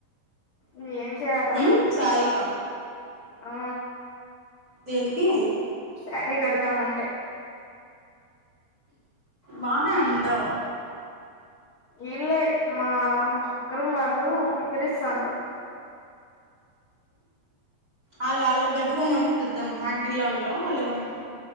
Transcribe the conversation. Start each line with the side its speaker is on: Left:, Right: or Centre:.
Left: ఇగ ఏం చేయాలా
Right: ఉమ్ సారిక
Left: ఆ
Right: దేనికి
Left: సారీ కడదామంటే
Right: బానే ఉంటావు
Left: ఈళ్ళే మా పక్కరూం వాళ్ళు ఇక్కిరిస్తాన్రు.
Right: ఆల్ ఆళ్ళగ్గట్టుకోమను జూద్దాం ఆంటీలంట్ర వాల్లేమన్నా